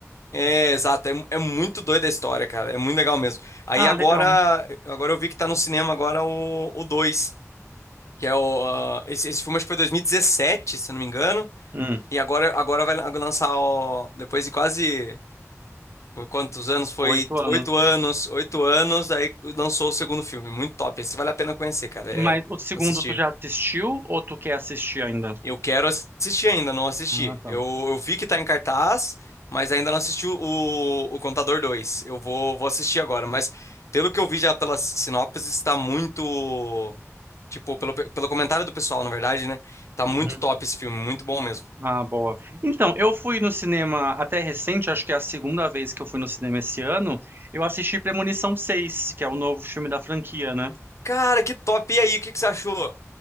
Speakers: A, on the left; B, on the right.
A: É, exato, é, mu- é muito doida a história, cara. É muito legal mesmo. Aí
B: Ah,
A: agora,
B: legal.
A: agora eu vi que tá no cinema agora o, o 2, que é o. ah, esse, esse filme acho que foi 2017, se eu não me engano.
B: Hum,
A: E agora, agora vai lançar o. Depois de quase. Qu- Quantos anos? Foi
B: oito anos.
A: oito anos, oito anos, aí lançou o segundo filme. Muito top. Esse vale a pena conhecer, cara. É
B: Mas o segundo
A: assistir.
B: tu já assistiu ou tu quer assistir ainda?
A: Eu quero assistir ainda, não assisti.
B: Ah, tá.
A: Eu, eu vi que tá em cartaz, mas ainda não assisti o, o Contador 2. Eu vou, vou assistir agora, mas pelo que eu vi já pelas sinopses, está muito. Tipo, pelo, pelo comentário do pessoal, na verdade, né? Tá muito
B: Uhum.
A: top esse filme, muito bom mesmo.
B: Ah, boa. Então, eu fui no cinema até recente, acho que é a segunda vez que eu fui no cinema esse ano. Eu assisti Premonição seis que é o novo filme da franquia, né?
A: Cara, que top! E aí, o que que você achou